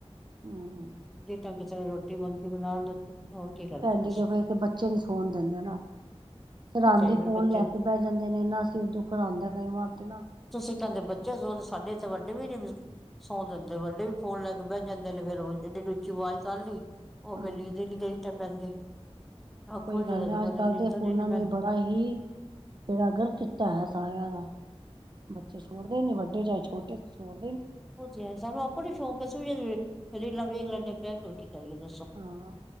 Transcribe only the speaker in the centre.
ਜੇ ਤੰਗ ਰੋਟੀ ਮੰਗੀ ਬਣਾ ਦਿੱਤੀ। ਹੋਰ ਕੀ ਕਰਨਾ
ਬਸ
ਉਹ ਚਾਹੀਦਾ
ਬੱਚੇ
ਤੁਸੀਂ ਕਹਿੰਦੇ ਬੱਚੇ ਸੌਣ ਸਾਡੇ ਇੱਥੇ ਵੱਡੇ ਵੀ ਨੀ ਸੌਣ ਦਿੰਦੇ ਵੱਡੇ ਵੀ ਫੋਨ ਲੈ ਕੇ ਬਹਿ ਜਾਂਦੇ ਨੇ ਫਿਰ। ੋਜ਼ <inaudible> ਰੁਚੀ ਆਵਾਜ਼ ਕਰ ਲਈ ਉਹ
ਫਿਰ ਲੀਦੀ ਨੀ ਗਈ ਇਸ ਟਾਈਮ ਪੈਂਦੀ ਅੱਖ
ਖੁੱਲ
ਜਾਵੇ
ਤੇ ਬਾਅਦ
ਚੋਂ
ਨੀਂਦ
ਤਾਂ
ਨੀ
ਪੈਣੀ
ਉਹ ਜੈਨ ਸਾਬ ਸਾਨੂੰ ਆਪੋ ਨੀ ਸ਼ੌਂਕ ਸੀ ਰੇਲਾਂ ਵੇਲ ਨੇ ਬਹਿ। ਕਰੀਏ ਦੱਸੋ